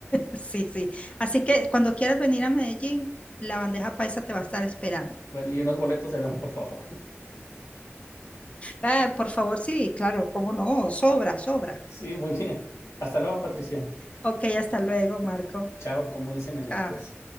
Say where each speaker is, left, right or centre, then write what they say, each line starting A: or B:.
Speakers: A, on the left; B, on the left.
A: Sí, sí. Así que cuando quieras venir a Medellín, la bandeja paisa te va a estar esperando.
B: Bueno, y unos boletos de avión, por favor. <laughs>
A: Ah, por favor, sí, claro, cómo no, sobra, sobra.
B: Sí, muy bien. Hasta luego, Patricia.
A: Ok, hasta luego, Marco.
B: Chao, como dicen allá,
A: Chao.
B: pues.